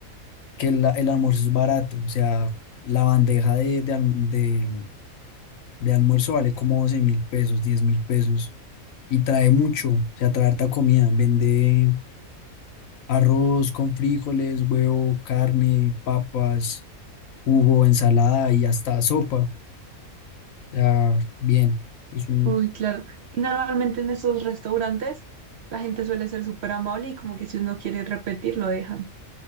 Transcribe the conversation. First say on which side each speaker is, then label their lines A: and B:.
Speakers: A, on the left; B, on the right.
A: que el, el almuerzo es barato, o sea, la bandeja de, de, alm- de- de almuerzo vale como doce mil pesos, diez mil pesos, y trae mucho, o sea, trae harta comida, vende arroz con frijoles, huevo, carne, papas, jugo, ensalada y hasta sopa, o sea, bien. Es un,
B: uy, claro. Y normalmente en esos restaurantes la gente suele ser súper amable y como que si uno quiere repetir, lo dejan.